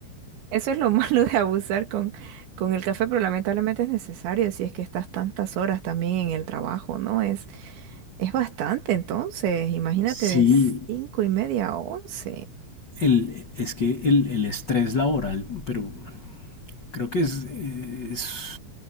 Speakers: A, on the right (about 70°); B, on the left (about 40°).
A: Eso es lo <laughs> malo de abusar con, con el café, pero lamentablemente es necesario si es que estás tantas horas también en el trabajo, ¿no? Es, es bastante, entonces, imagínate de
B: sí,
A: cinco y media a once.
B: el, es que el, el estrés laboral, pero creo que es, es